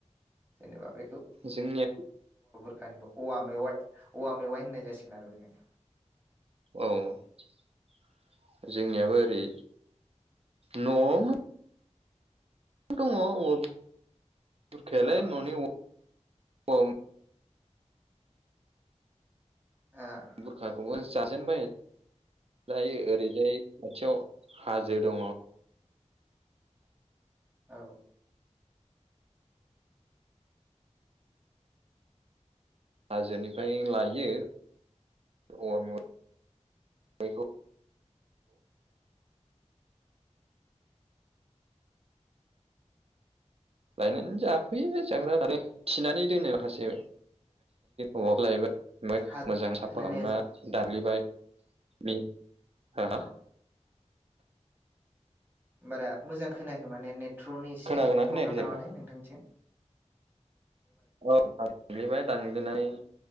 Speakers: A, on the right; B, on the right.
A: जेनेबा बे
B: जोंनिया
A: बुरखानिखौ औवा मेवाइ औवा मेवाइ होननाय जासिगोन आरो बेखायनो
B: औ औ जोंनियाबो ओरै न'आवनो दङ औवा बुरखायालाय
A: आदसा
B: ननि औवा <unintelligible>
A: ओं
B: बुरखाखौबो जाजेनबाय दायो ओरैजाय खाथियाव हाजो दङ
A: औ
B: हाजोनिफ्राय लायो औवा मेवाइखौ लायनानै जाफैयो जाग्रा आरो थिनानै दोनो माखासे औवाखौ लायबाय ओमफ्राय
A: हा
B: मोजां साफा
A: खोनानाया
B: खालामना दाग्लिबाय बे हा
A: औ बारा मोजां खोनाखै माने नेटवर्कनि एसे
B: खोनागोना खोनायाखै
A: प्रब्लेम
B: जाखो
A: नामाथाय नोंथांनिथिं
B: औ दानग्लिबाय दानग्लिनानै